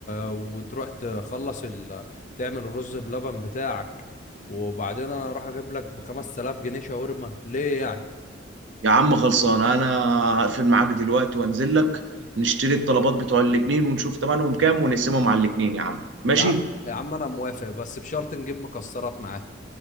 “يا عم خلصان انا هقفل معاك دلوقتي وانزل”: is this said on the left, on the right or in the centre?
Right